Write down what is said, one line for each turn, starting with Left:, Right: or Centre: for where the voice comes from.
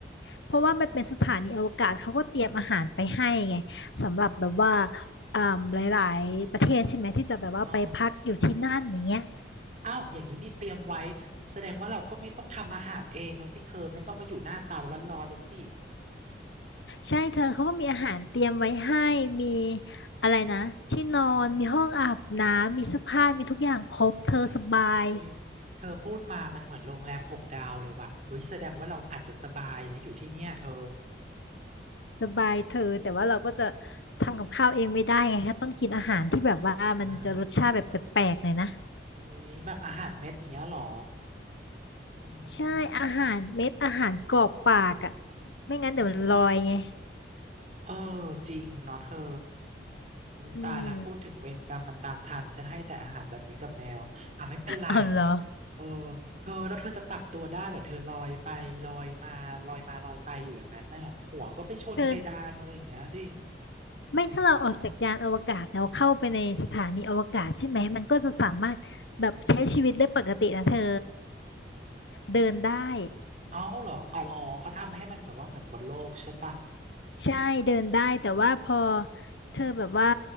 Left: เพราะว่ามันเป็นสถานีอวกาศเขาก็เตรียมอาหารไปให้ไงสำหรับแบบว่าอ่าหลายๆประเทศใช่ไหมที่จะแบบว่าไปพักอยู่ที่นั่นอย่างเงี้ย
Right: อ๋ออ้าวอย่างนี้นี่เตรียมไว้แสดงว่าเราก็ไม่ต้องทำอาหารเองแล้วสิเธอไม่ต้องมาอยู่หน้าเตาร้อนๆแล้วสิ
Left: ใช่เธอเขาก็มีอาหารเตรียมไว้ให้มีอะไรนะที่นอนมีห้องอาบน้ำมีเสื้อผ้ามีทุกอย่างครบเธอสบาย
Right: เอออุ้ยเธอพูดมามันเหมือนโรงแรมหกดาวเลยว่ะเฮ้ยแสดงว่าเราอาจจะสบายนะอยู่ที่เนี่ยเธอ
Left: สบายเธอแต่ว่าเราก็จะทำกับข้าวเองไม่ได้ไงคะต้องกินอาหารที่แบบว่ามันจะรสชาติแบบแปลกๆหน่อยนะ
Right: อ่าอุ้ยแบบอาหารเม็ดอย่างเงี้ยเหรออื
Left: ใช่อาหารเม็ดอาหารกรอกปากอ่ะ
Right: ม
Left: ไม่งั้นเดี๋ยวมันลอยไง
Right: อืมเออจริงเนาะเธออุ้ยตายแล้วพูดถึงเวรกรรมมันตามทันฉันให้แต่อาหารแบบนี้กับแมว
Left: อืม
Right: อ่ะไม่เป็นไร
Left: อ๋อเหรอ
Right: เออเธอแล้วเธอจะปรับตัวได้เหรอเธอลอยไปลอยมาลอยมาลอยไปอยู่อย่างนั้นน่ะหัวก็ไปชนเพดานอะไรอย่างเงี้ยดิ
Left: คือไม่ถ้าเราออกจากยานอวกาศแล้วเข้าไปในสถานีอวกาศใช่ไหมมันก็จะสามารถแบบใช้ชีวิตได้ปกตินะเธอเดินได้
Right: เอาเหรอเอาเอาเขาทำให้มันแบบว่าเหมือนบนโลกใช่ปะ
Left: ใช่เดินได้แต่ว่าพอเธอแบบว่า